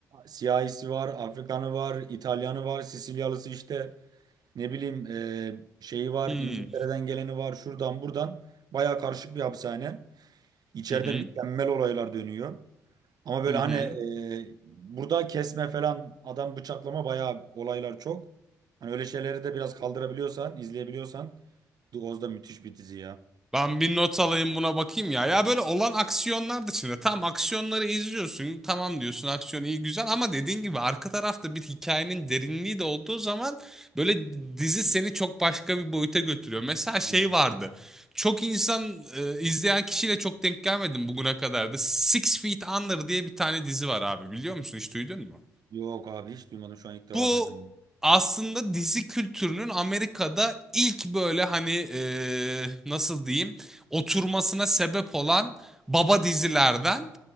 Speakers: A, on the right (about 50°); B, in the centre.
A: siyahisi var, Afrikanı var, İtalyanı var, Sicilyalısı işte ne bileyim e, şeyi var,
B: Hı hı.
A: İngiltere'den geleni var, şuradan buradan. Bayağı karışık bir hapishane. İçeride
B: Hı hı.
A: mükemmel olaylar dönüyor. Ama böyle
B: Hı hı.
A: hani e, burada kesme falan adam bıçaklama bayağı olaylar çok. Hani öyle şeyleri de biraz kaldırabiliyorsan, izleyebiliyorsan The Oz da müthiş bir dizi ya.
B: Ben bir not alayım buna bakayım ya. Ya böyle olan aksiyonlar dışında tam aksiyonları izliyorsun. Tamam diyorsun aksiyon iyi güzel ama dediğin gibi arka tarafta bir hikayenin derinliği de olduğu zaman böyle dizi seni çok başka bir boyuta götürüyor. Mesela şey
A: Hani
B: vardı. Çok insan e, izleyen kişiyle çok denk gelmedim bugüne kadar da. Six Feet Under diye bir tane dizi var abi biliyor musun? Hiç duydun mu?
A: Yok abi hiç duymadım şu an ilk defa
B: Bu
A: senden.
B: aslında dizi kültürünün Amerika'da ilk böyle hani eee, nasıl diyeyim oturmasına sebep olan baba dizilerden